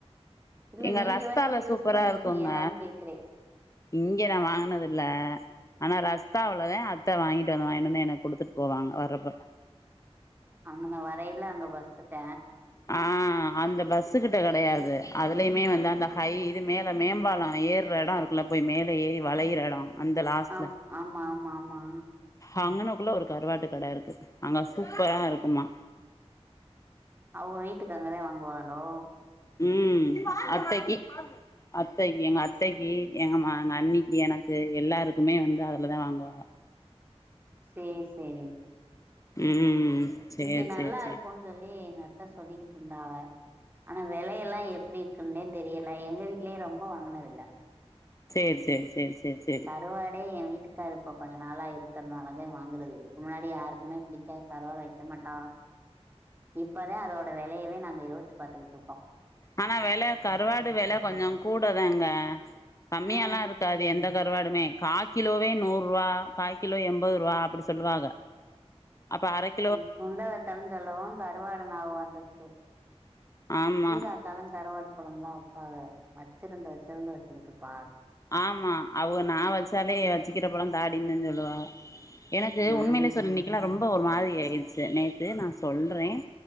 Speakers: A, on the right (about 20°); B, on the left (about 30°).
A: இல்ல
B: எங்க
A: நீங்க
B: ரஸ்தால
A: வாங்கி யூஸ்
B: சூப்பரா
A: பண்ணிருக்கீயலான்னு
B: இருக்குங்க
A: கேக்குறே
B: இங்கே நா வாங்குனதுல்ல ஆனா ரஸ்தாவுலதே அத்த வாங்கிட்டு வந்து வாங்கிட்டு வந்து எனக்கு குடுத்துட்டு போவாங்க வரப்ப
A: அங்கன வரயில அங்க பஸ்ஸுட
B: ஆ அந்த பஸ்ஸு கிட்ட கெடையாது அதுலயுமே வந்து அந்த ஹை இது மேல மேம்பாலொ ஏர்ர எடொ இருக் குல்ல போய் மேலே ஏறி வளையிற எடொ அந்த லாஸ்ட்ல
A: ஆம் ஆமா ஆமா ஆமா
B: அங்கனக்குள்ள ஒரு கருவாட்டுக் கட இருக்கு அங்க சூப்பரா இருக்குமா
A: அவுக வீட்டுக்கு அங்கதே வாங்குவாகளோ
B: ம் அத்தக்கி அத்தக்கி எங்க அத்தக்கி எங்க மா எங்க அண்ணிக்கி எனக்கு எல்லாருக்குமே வந்து அதுலதா வாங்குவாக
A: சேரி சேரி
B: ம் சேரி
A: இங்கே நல்லாருக்குன்
B: சேரி சேரி
A: சொல்லி எங்க அத்த சொல்லிக்கிட்டுருந்தாக ஆனா வெலயெல்லா எப்டி இருக்குன்தே தெரியல எங்க வீட்டு இல்லையே ரொம்ப வாங்குனதில்ல
B: சேரி சேரி சேரி சேரி சேரி
A: கறுவாடே என் வீட்டுக்காரர் இப்ப கொஞ்ச நாளா இருக்கறனாலதே வாங்குறது இதுக்கு முன்னாடி யாருக்குமே புடிக்காது கருவாடு வக்கமாட்டா இப்பதா அதோட வெலயவே நாங்க யோச்சு பாத்துகிட்டுருக்கோ
B: ஆனா வெல கறுவாடு வெல கொஞ்சோ கூடதாங்க கம்மியால்லாருக்காது
A: ஆ
B: எந்த கருவாடுமே காகிலோவே நூறுவா காகிலோ என்பதுரூவா அப்டி சொல்லுவாக அப்ப அரக்
A: நீ சுண்ட வத்தல்னு சொல்லவு கருவாடு நாவகம் வந்துருச்சு
B: ஆமா
A: கீதா அக்காலா கருவாடு கொழம்ல்லா வப்பாக வச்சிருந்து வச்சிருந்து வச்சுகிட்டுருப்பாக
B: ஆமா அவுக நா வச்சாலே வச்சிக்கிறப்பலா தாடின்தா சொல்லுவாக எனக்கு
A: ம்
B: உண்மையிலே சொல் இன்னைக்கெல்லா ரொம்ப ஒரு மாரி ஆயிருச்சு நேத்து நா சொல்றேன்